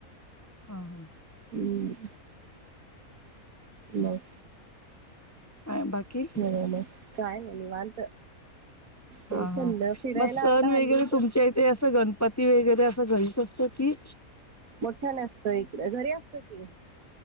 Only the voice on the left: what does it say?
हा हं
काय बाकी
हा हा
म सण
वगैरे तुमच्या इ ते असं गणपती वगैरे असं घरीच असतं की